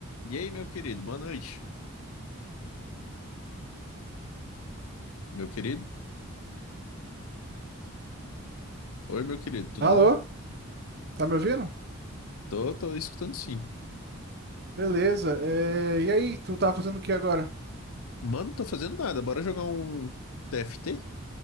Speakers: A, on the left (about 75°); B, on the right (about 45°).
A: E aí, meu querido, boa noite. Meu querido? Oi, meu querido, tudo
B: Alô?
A: bom?
B: Tá me ouvindo?
A: Tô, tô escutando sim.
B: Beleza. É, E aí, tu tá fazendo o que agora?
A: Mano, não tô fazendo nada, bora jogar um TFT?